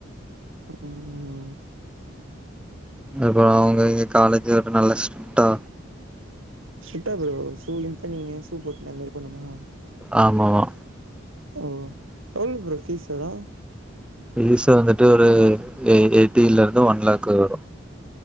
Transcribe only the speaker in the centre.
அப்பறோ அவுங்க இங்க காலேஜ் ஒரு நல்ல ஸ்ட்ரிக்டா
ஆமமா
ஃபீஸ் வந்துட்டு ஒரு எய் எயிட்டில இருந்து ஒன் லேக் வரு